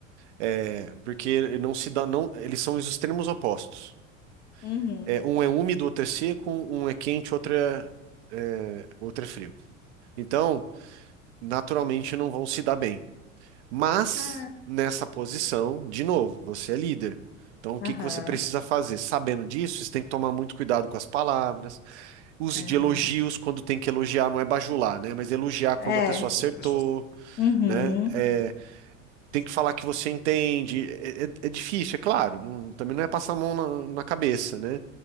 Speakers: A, on the right; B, on the left.
A: é, porque não se dá, não, eles são os extremos opostos.
B: Uhum.
A: É, um é úmido, outro é seco, um é quente, outro é, é, outro é frio. Então, naturalmente não vão se dar bem. Mas,
B: Cara.
A: nessa posição, de novo, você é líder. Então, o
B: Aham,
A: que que você precisa fazer? Sabendo disso, você tem que tomar muito cuidado com as palavras. Use
B: aham.
A: de elogios quando tem que elogiar, não é bajular, né? Mas elogiar quando
B: É.
A: a pessoa acertou,
B: Uhum,
A: né? É, tem que falar que você entende. É, é- é difícil, é claro. não- também não é passar a mão na, na cabeça, né?